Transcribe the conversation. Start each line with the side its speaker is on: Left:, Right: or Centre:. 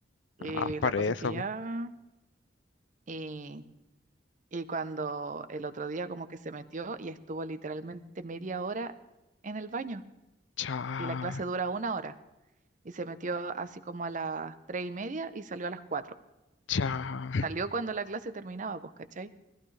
Right: Y
Left: ah, para
Right: la cosa
Left: eso,
Right: es que ya, y, y cuando el otro día como que se metió y estuvo literalmente media hora en el baño
Left: Cha,
Right: y la clase dura una hora y se metió así como a las tres y media y salió a las cuatro.
Left: cha.
Right: Salió cuando la clase terminaba, pues, ¿cachai?